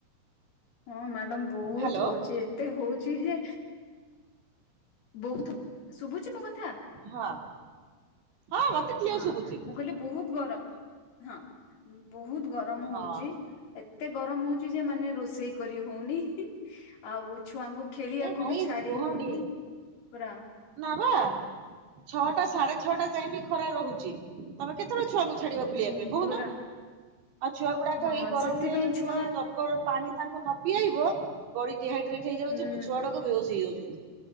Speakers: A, on the left (about 65°); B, on the right (about 80°).
A: ହଁ ମ୍ୟାଡାମ୍ ବହୁତ
B: ହ୍ୟାଲୋ
A: ହଉଛି ଏତେ ହଉଛି ଯେ ବହୁତ୍ ଶୁଭୁଛି ମୋ କଥା।
B: ହଁ ହଁ ମତେ କ୍ଲିୟର
A: ହଁ
B: ଶୁଭୁଛି।
A: ମୁଁ କହିଲି ବହୁତ ଗରମ୍ ହଁ ବହୁତ ଗରମ୍ ହଉଛି
B: ହଁ
A: ଏ ଏତେ ଗରମ ହଉଛି ଯେ ମାନେ ରୋଷେଇ କରି ହଉନି ହି ଆଉ ଛୁଆଙ୍କୁ ଖେଳିବାକୁ
B: ଏ ଭାଇ
A: ବି ଛାଡି
B: କୁହନି
A: ହଉନି ପୁରା
B: ନା ବା ଛଅଟା ସାଢେ ଛଅଟା ଯାଇଏ ବି ଖରା ରହୁଛି ତମେ କେତେବେଳେ ଛୁଆଙ୍କୁ ଛାଡିବ ଖୋଳିବା
A: ହୁଁ
B: ପାଇଁ କହୁନ
A: ପୁରା
B: ଆଉ ଛୁଆ ଗୁଡାକ
A: ହଁ
B: ଏଇ ଗରମରେ
A: ସେଥିପାଇଁ
B: ଯଦି
A: ଛୁଆ
B: ତମେ ପାଣି ତାଙ୍କୁ ନ ପିଆଇବ ବଡି ଡିହାଇଡ୍ରେଟ୍ ହେଇଯାଉଛି
A: ହୁଁ
B: ଛୁଆ ଗଡାକ ବେହୋସ ହେଇଯାଉଛନ୍ତି।